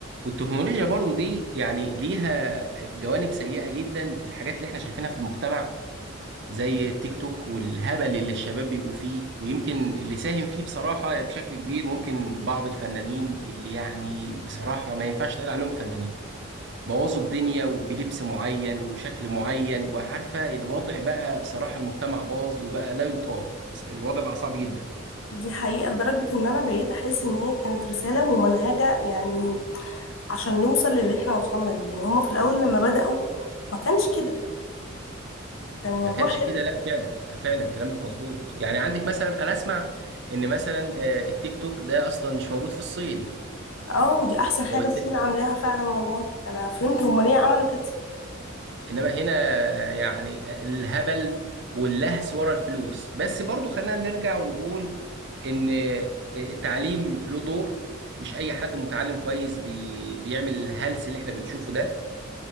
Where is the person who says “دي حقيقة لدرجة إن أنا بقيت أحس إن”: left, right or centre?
Left